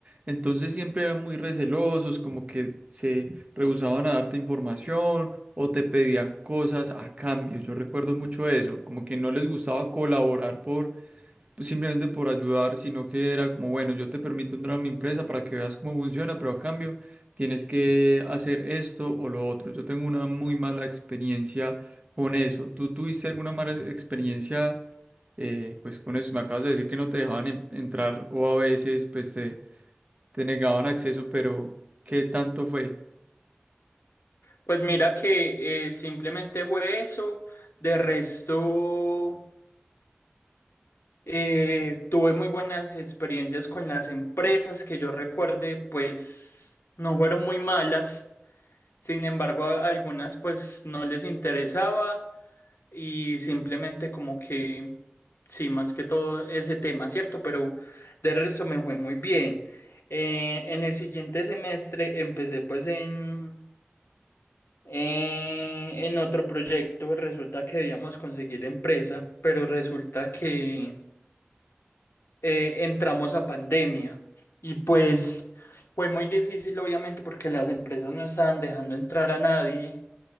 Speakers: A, on the right (about 30°); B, on the left (about 80°).
A: Entonces siempre eran muy recelosos, como que se rehusaban a darte información o te pedían cosas a cambio. Yo recuerdo mucho eso, como que no les gustaba colaborar por pues, simplemente por ayudar, sino que era como, bueno, yo te permito entrar a mi empresa para que veas cómo funciona, pero a cambio tienes que hacer esto o lo otro. Yo tengo una muy mala experiencia con eso. ¿Tú tuviste alguna mala experiencia eh, pues con eso? Me acabas de decir que no te dejaban en- entrar o a veces pues te, te negaban acceso, pero ¿qué tanto fue?
B: Pues mira que eh, simplemente fue eso, de resto eh, tuve muy buenas experiencias con las empresas que yo recuerde, pues no fueron muy malas, sin embargo a algunas pues no les interesaba. Y simplemente como que, sí, más que todo ese tema, ¿cierto? Pero de resto me fue muy bien. Eh, en el siguiente semestre empecé pues en, eh, en otro proyecto. Resulta que debíamos conseguir empresa, pero resulta que eh, entramos a pandemia. Y pues fue muy difícil, obviamente, porque las empresas no estaban dejando entrar a nadie.